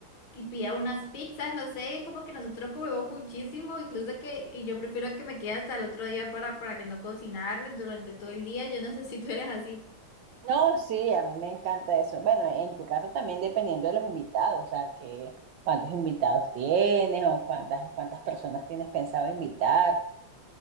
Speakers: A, on the left; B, on the right.
A: que pida unas pizzas, no sé, como que nosotros comemos muchísimo, incluso que, que yo prefiero que me quede hasta el otro día para, para que no cocinar durante todo el día. Yo no sé si tú eres así.
B: No, sí, a mí me encanta eso. Bueno, en tu caso también dependiendo de los invitados, o sea, que cuántos invitados tienes o cuántas, cuántas personas tienes pensado invitar.